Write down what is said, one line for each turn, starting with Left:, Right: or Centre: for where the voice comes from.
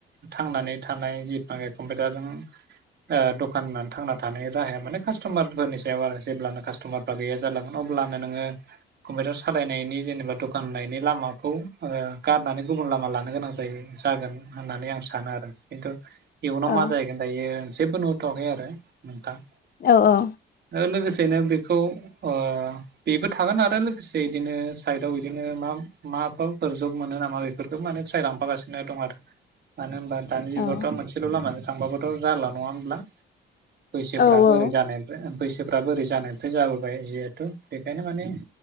Right: थांनानै थानाय <unintelligible> कम्पिउटारजों ओ दखान होननानै थांना थानायनि राहाया माने कास्ट'मारफोरनि सायाव आरो जेब्लनो कास्ट'मारफ गैया जालांगोन अब्लानो नोङो कम्पिउटार सालायनायनि जेनेबा दखान होनायनि लामाखौ ओ गारनानै गुबुन लामा लानो गोनां जायो जागोन होननानै आं सानो आरो खिन्थु इयुनाव
Left: औ
Right: मा जाहैगोन दायो जेबो नु <unintelligible> आरो नोंथां।
Left: औ औ
Right: ओ लोगोसेनो बेखौ ओ बेबो थागोन आरो लोगोसे इदिनो साइडआव इदिनो मा माफोरफोर जब मोनो नामा बेफोरखौ माने ट्राय लांफागासिनो दं आरो मानो होनबा दानि जुगावथ'आ
Left: औ
Right: मोनसेल' लामाजों थांबाबोथ' जाला नङा होमब्ला? बैसोफ्राबो
Left: औ औ
Right: ओरै जानायबो बैसोफ्राबो ओरै जानायनिफ्राय जाबोबाय जिहेथु बेखायनो माने